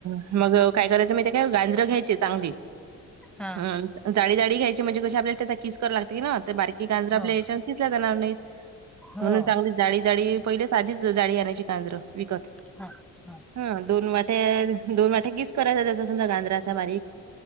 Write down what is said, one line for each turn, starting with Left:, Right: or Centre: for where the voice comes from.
Right: '' मग काय करायचं माहिती आहे, काय गांजरं घ्यायची चांगली,
Centre: हा
Right: हं- ''जाडी जाडी घ्यायची, म्हणजे कशी आपल्या त्याचा किस करवा लागं ते की न, ते बारकी गांजरा आपल्या
Centre: हो
Right: याच्याने खिसले जाणार नाहीत. ''
Centre: हो
Right: म्हणून, चांगली जाडी -जाडी पहिले आधीच जाडी आणयची गाजरं विकत.
Centre: हां हां
Right: हां, दोन वाट्या दोन वाट्या कीस करायचा त्याचा समजा गांजरा बारीक,